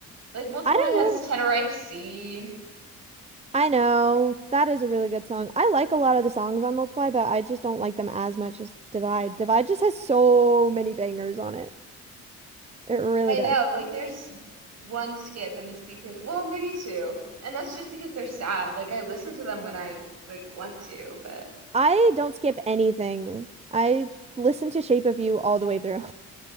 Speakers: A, on the right; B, on the right.
A: like Multiply
B: I don't
A: has
B: know.
A: Tenerife Sea.
B: I know. That is a really good song. I like a lot of the songs on Multiply, but I just don't like them as much as Divide. Divide just has so many bangers on it. It really
A: I know,
B: does.
A: like there's one skip and it's because, well, maybe two. And that's just because they're sad. Like I listen to them when I like want to, but
B: I don't skip anything. I listen to Shape of You all the way through.